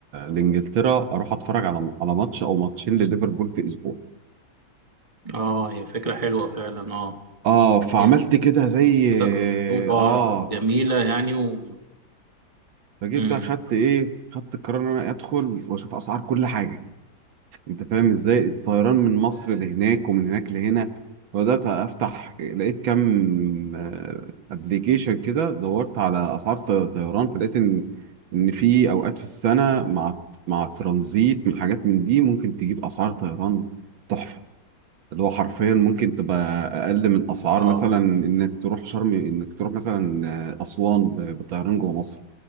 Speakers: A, on the right; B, on the right.
A: لانجلترا اروح اتفرج على على ماتش او ماتشين لليفربول في اسبوع
B: اه هي فكره حلوه فعلا اه
A: اه فعملت
B: هي
A: كده زي
B: تجربه
A: اه
B: جميله يعني و...
A: فجيت
B: مم.
A: بقى خدت ايه خدت القرار ان انا ادخل واشوف اسعار كل حاجه انت فاهم ازاي الطيران من مصر لهناك ومن هناك لهنا فبدات افتح لقيت كام ابلكيشن كده دورت على اسعار ط- طيران فلقيت ان ان في اوقات في السنه مع مع الترانزيت بالحاجات من دي ممكن تجيب اسعار طيران تحفه اللي هو حرفيا ممكن تبقى اقل من اسعار
B: اه
A: مثلا انك تروح شرم انك تروح مثلا آه، اسوان ب- بطيران جوه مصر